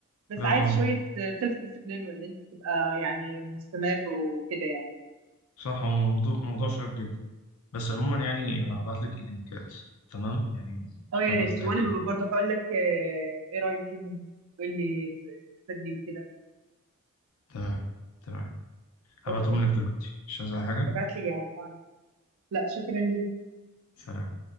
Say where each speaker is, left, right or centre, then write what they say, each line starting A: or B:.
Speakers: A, on the right; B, on the left.
A: بس
B: لا
A: عايز
B: هو
A: شويه سيلف ديسيبلين وان انت تبقى يعني مستمر وكده يعني
B: صح هو موضوع موضوع شيق جدا بس عموما يعني انا هبعت لك اللينكات تمام يعني خمس
A: اه يا ريت
B: دقايق
A: وانا
B: كده
A: ببقى برضه هقول لك آه، ايه رايي فيهم تقول لي فادي وكده
B: تمام تمام هبعتهم
A: اوكي
B: لك دلوقتي مش عايز أي حاجة
A: ابعت لي يا عم لا شكرا ليك
B: سلام